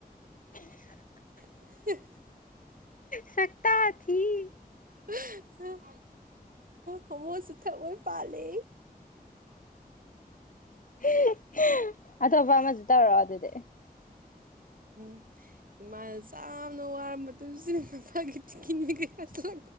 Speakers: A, on the left (about 60°); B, on the right (about 60°).
A: <unintelligible>
B: <inaudible>
A: ꯁꯛꯇꯥ ꯊ <unintelligible>
B: ꯎ ꯍꯃꯣꯁꯨ ꯊꯑꯣꯏ ꯄꯥꯜꯂꯦ
A: <inaudible> ꯑꯇꯣꯞꯄ ꯑꯃꯁꯨ ꯇꯧꯔꯣ ꯑꯗꯨꯗꯤ
B: ꯎ ꯏꯃꯥꯅ ꯌꯥꯝꯅ ꯋꯥꯔꯕ ꯃꯇꯝꯁꯤꯗ ꯅꯨꯄꯥꯒꯤ ꯇꯤꯀꯤꯅꯤ ꯀꯌꯥ ꯁꯧ